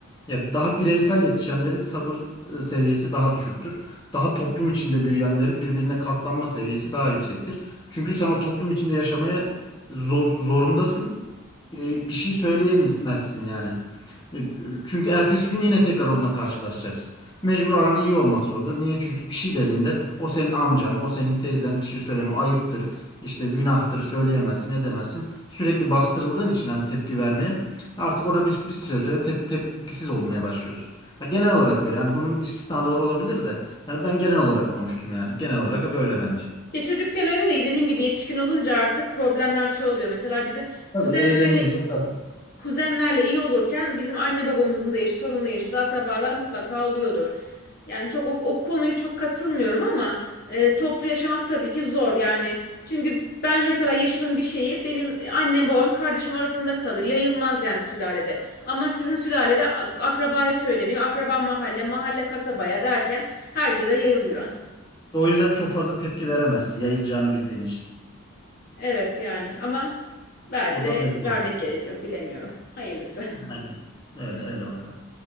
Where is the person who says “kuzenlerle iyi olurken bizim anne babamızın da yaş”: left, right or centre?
Left